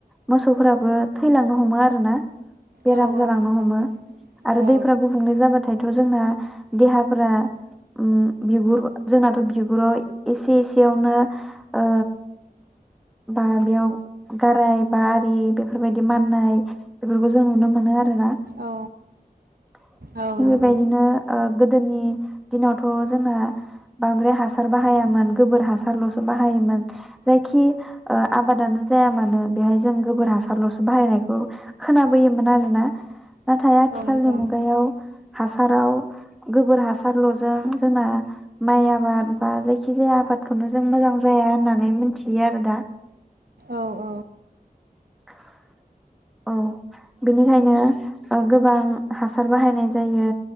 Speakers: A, in the centre; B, on the right.
A: मोसौफोराबो थैलांनो हमो आरोना । बेराम
B: औ
A: जालांनो
B: औ नोंथां
A: हमो आरो
B: औ
A: दैफ्रा गुबुंले जाबाथायथ' जोंना <inaudible> देहाफोरा उम बिगुर जोंनाथ' बिगुराव एसे एसेयावनो ओ बा बेयाव गाराय बा आरि बेफोर बायदि माननाय बेफोरखौ जों नुनो मोनो आ रोना
B: औ
A: <inaudible>
B: औ
A: थिग
B: नोंथां
A: बेबायदिनो ओ गोदोनि दिनावथ' जोंना बांद्राय हा सार बाहायामोन गोबोर हासारल'सो बाहायोमोन जायखि ओ आबादानो जाया मानो बेहाय जों गोबोर हासारल'सो बाहायनायखौ खोनाबोयोमोन आरोना। नाथाय आथिखालनि
B: औ नोंथां
A: मुगायाव हासाराव गोबोर हासारल'जों जोंना माइ आबाद बा जायखि जाया आबादखौनो जों मोजां जाया होननानै मिथियो आरो दा।
B: औ औ।
A: <inaudible> औ बेनिखायनो ओ गोबां हासार बाहायनाय जायो